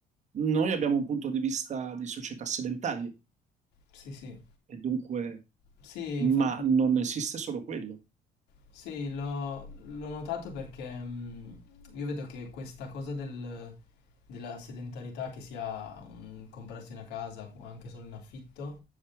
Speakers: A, on the right; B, on the left.
A: Noi abbiamo un punto di vista di società sedentarie,
B: Sì, sì.
A: e dunque,
B: Sì,
A: ma
B: infatti,
A: non esiste solo quello.
B: sì, l'ho l'ho notato perché mh, io vedo che questa cosa del- della sedentarietà, che sia un, comprarsi una casa o anche solo in affitto,